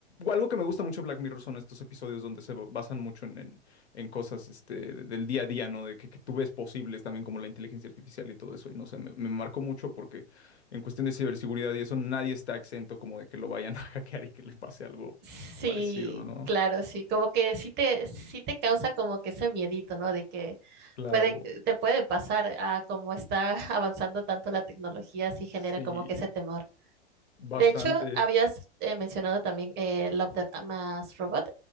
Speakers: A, on the left (about 80°); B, on the right (about 30°).
A: algo que me gusta mucho de Black Mirror son estos episodios donde se ba- basan mucho en, en, en cosas este, de- del día a día, ¿no? De que, que tú ves posibles también como la inteligencia artificial y todo eso. Y no sé, me, me marcó mucho porque en cuestión de ciberseguridad y eso, nadie está exento como de que lo vayan a <laughs> hackear y que le pase algo
B: Sí,
A: parecido, ¿no?
B: claro, sí, como que sí te, sí te causa como que ese miedito, ¿no? De que
A: Claro,
B: puede, te puede pasar a como está <laughs> avanzando tanto la tecnología, sí genera
A: sí,
B: como que ese temor. De
A: bastante.
B: hecho, habías eh, mencionado también eh, Love, Death Mas Robot.